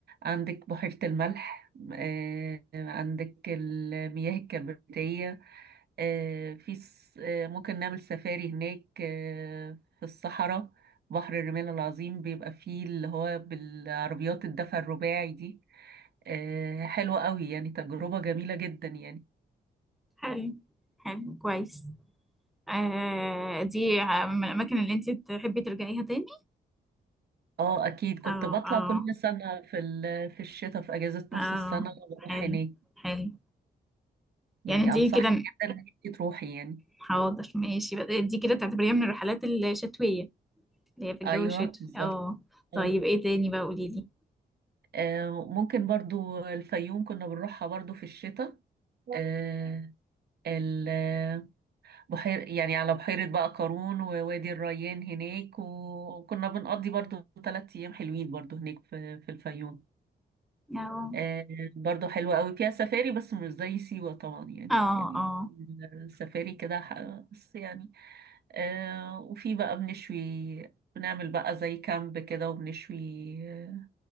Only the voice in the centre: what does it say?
حلو حلو كويس آه دي من الاماكن اللي انتي تحبي ترجعيها تاني
اه
اه
اه
حلو
حلو
يعني دي
كده
حاضر ماشي بقى دي كده تعتبريها من الرحلات الشتوية اللي هي في الجو
الشتوي
اه طيب
ايه تاني بقى قولي لي
اه
اه
اه